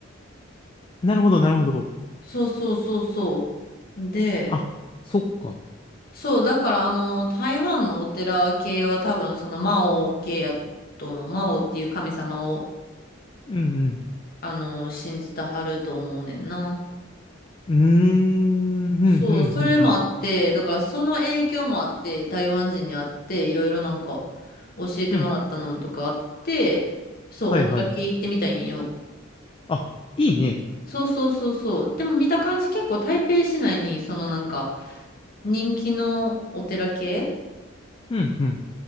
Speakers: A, on the left; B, on the left.
A: なるほど、なるほど。
B: そうそうそうそう。で、
A: あ、そっか。
B: そう、だからあの、台湾のお寺系は多分そのマオ系やと思う。マオっていう神様を、
A: うん
B: あの、信じたはると思うねんな。
A: うん。うーん。うん、
B: そう、
A: うん、
B: それもあって、
A: うん、うん。
B: だからその影響もあって、台湾人に会って、いろいろなんか教えてもらったのとかあって、
A: うん。
B: そう、
A: はいはい。
B: お寺系行ってみたいんよ。
A: あ、いいね。
B: そうそうそうそう。でも見た感じ結構台北市内に、そのなんか人気のお寺系
A: うん、うん。